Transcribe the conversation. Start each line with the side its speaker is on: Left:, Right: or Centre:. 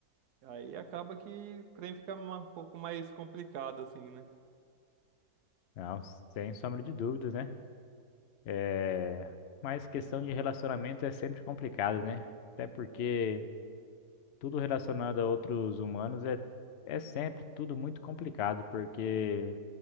Right: aí acaba que o trem fica ma- um pouco mais complicado, assim, né?
Left: Não, sem sombra de dúvidas, né? É... Mas questão de relacionamento é sempre complicado, né? Até porque tudo relacionado a outros humanos é, é sempre tudo muito complicado, porque